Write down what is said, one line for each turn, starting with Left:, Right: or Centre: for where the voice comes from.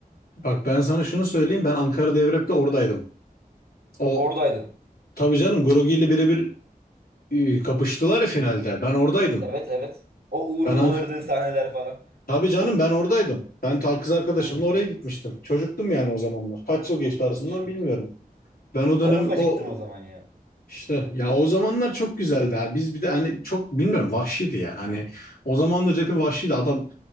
Left: bak ben sana şunu söyleyeyim. Ben Ankara Devrep'te oradaydım. O
Right: Oradaydım.
Left: tabii canım Grogi ile birebir e, kapıştılar ya finalde. Ben oradaydım.
Right: Evet evet. O Uğur'un
Left: Ben Ank
Right: bağırdığı sahneler falan.
Left: tabii canım ben oradaydım. Ben ta- kız arkadaşımla
Right: Çok
Left: oraya
Right: iyi.
Left: gitmiştim. Çocuktum yani o zamanlar. Kaç yıl geçti arasından
Right: Çok
Left: bilmiyorum.
Right: iyi.
Left: Ben o dönem
Right: Ben ufacıktım
Left: o
Right: o zaman ya.
Left: İşte ya o zamanlar çok güzeldi abi. Biz bir de hani çok bilmiyorum vahşiydi ya. Hani o zamanlar rapi vahşiydi. Adam